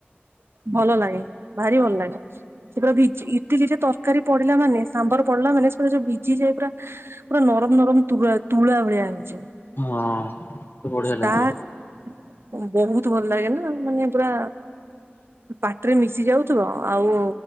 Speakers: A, on the right (about 75°); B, on the left (about 55°).
A: ଭଲ ଲାଗେ। ଭାରି ଭଲ ଲାଗେ ସେ ପୁରା ଭି ଇଟିଲିରେ ତରକାରୀ ପଡିଲା ମାନେ ସାମ୍ବର ପଡିଲା ମାନେ ଯୋଉ ଭିଜି ଯାଏ ପୁରା। ପୁରା ନରମ ନରମ ତୁଳା ତୁଳା ଭଳିଆ ହେଇଯାଏ।
B: ହଁ ବଢିଆ ଲାଗିବ।
A: ତା ବହୁତ ଭଲ ଲାଗେ ନା ମାନେ ପୁରା ପାଟରେ ମିଶି ଯାଉ। ମିଶିଯାଉ ଥିବ ଆଉ